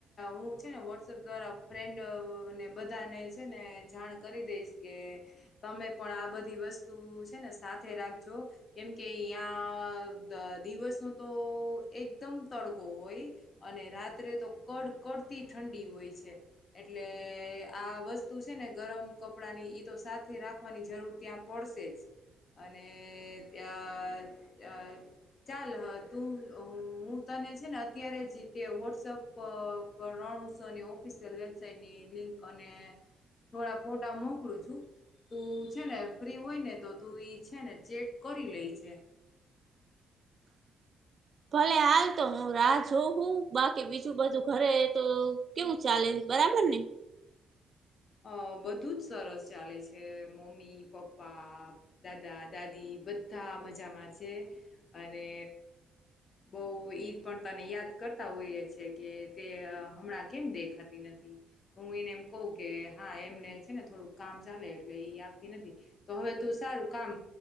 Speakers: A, on the left; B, on the right.
A: હું છે ને વોટ્સઅપ દ્વારા ફ્રેન્ડને બધાને છે ને જાણ કરી દઈશ કે તમે પણ આ બધી વસ્તુ છે ને સાથે રાખજો કેમ કે યાં દિવસ તો એકદમ તડકો હોય અને રાત્રે તો કડકડતી ઠંડી હોય. ય છે એટલે આ વસ્તુ છે ને ગરમ કપડાં ની ઈ તો સાથે રાખ વાની જરૂર ત્યાં પડશે જ. અને ત્યાં અ ચાલ તું હું ત ને છે ને અત્યારે જી તે વોટ્સઅપ રણઉત્સવની ઓફિશિયલ વેબસાઇટની લિંક અને થોડા ફોટા મોકલું છું. તું છે ને ફ્રી હોય ને તો તું ઈ છે ને ચેક કરી લેય જે.
B: ભલે, હાલ તો હું રાહ જોઉ હું બાકી બીજું બધું ઘરે તો કેવું ચાલે? બરાબર ને
A: અ બધું જ સરસ ચાલે છે મમ્મી પપ્પા દાદા દાદી બધા મજામાં છે અને બઉ ઈ પણ તને યાદ કરતા હોઈએ છે કે તે હમણાં કેમ દેખાતી નથી હું એનેમ કહ કે હા એમને છે ને થોડુંક કામ ચાલે એટલે ઈ આવતી નથી તો હવે તું સારું કામ